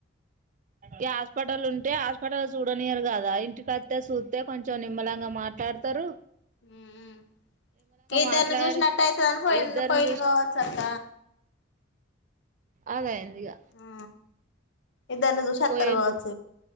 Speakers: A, on the right; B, on the left.
A: ఈ హాస్పిటల్ ఉంటే పటలా చూడనియరు కదా ఇంటి క చూత్తే కొంచెం నిమ్మలంగా మట్ ట్లాడతారు
B: ఉమ్ ఆ ఏద్దరిని
A: మాట్లాడి
B: చూసినట్టు అయితుందని ప
A: ఇద్దరిని
B: పైలు కావచ్చ అక్క
A: అదే అయ్యిందిగా
B: ఆ ఇద్దరిని చూషత్తరగావచ్చ
A: పోయిండు